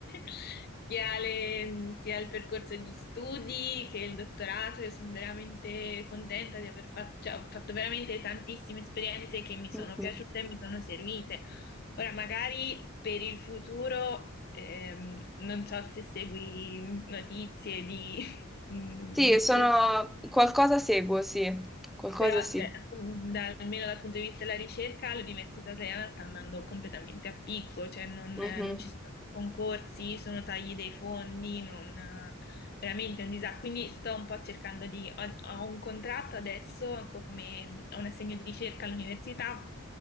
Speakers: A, on the left; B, in the centre.
A: sia le- sia il percorso di studi che il dottorato. Io sono veramente contenta di aver fatto, cioè, ho fatto veramente tantissime esperienze che mi
B: Mhm.
A: sono piaciute e mi sono servite. Ora, magari per il futuro, ehm, non so se segui notizie di, <laughs> di
B: Sì, sono...
A: studi
B: qualcosa seguo, sì, qualcosa
A: Però,
B: sì.
A: eh, da- almeno dal punto di vista della ricerca, l'università italiana sta andando completamente a picco, cioè non,
B: Mhm.
A: eh, non ci sono concorsi, sono tagli dei fondi, non- eh, veramente è un disastro. Quindi sto un po' cercando di... Ho, ho un contratto adesso, come, ho un assegno di ricerca all'università,